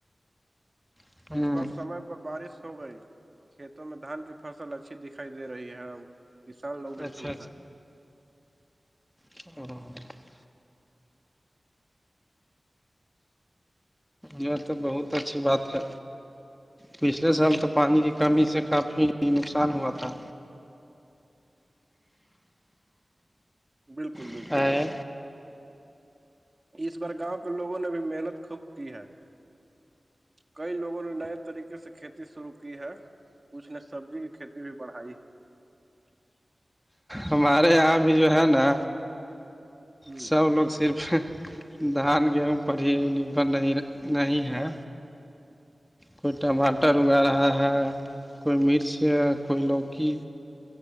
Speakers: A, in the centre; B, on the right (about 35°).
A: ہے
B: اس
A: ہ
B: بار سمے پر بارش ہو گئی کھیتوں میں دھان کی فصل اچھی دکھائی دے رہی ہے کسان لوگ بھی
A: اچھا
B: خوش ہیں
A: اور یہاں تو بہت اچھی بات ہے پچھلے سال تو پانی کی کمی سے کافی نقصان ہوا تھا
B: بالکل بالکل
A: تھا
B: اس بار گاؤں کے لوگوں نے بھی محنت خوب کی ہے کئی لوگوں نے نئے طریقے سے کھیتی شروع کی ہے اس نے سبزی کی کھیتی بھی بڑھائی
A: ہمارے یہاں بھی جو ہے نا
B: ہے
A: سب لوگ صرف دھان گیہوں پر ہی نربھر نہیں نہیں ہے کوئی ٹماٹر اگا رہا ہے کوئی مرچ ہے کوئی لوکی